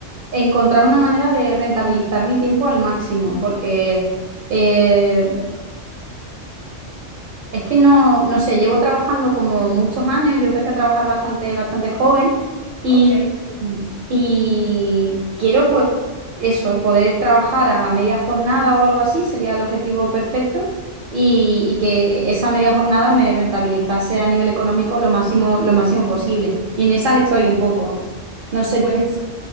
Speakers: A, on the right; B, on the left.
A: encontrar una manera de rentabilizar mi tiempo al máximo, porque eh, es que no, no sé, llevo trabajando como muchos años, yo empecé a trabajar bastante, bastante joven y,
B: Ok,
A: y quiero pues eso, poder trabajar a media jornada o algo así, sería el objetivo perfecto y, y que esa media jornada me rentabilizase a nivel económico lo máximo, lo máximo posible. Y en esas estoy un poco. No sé
B: pues
A: tú.
B: eso.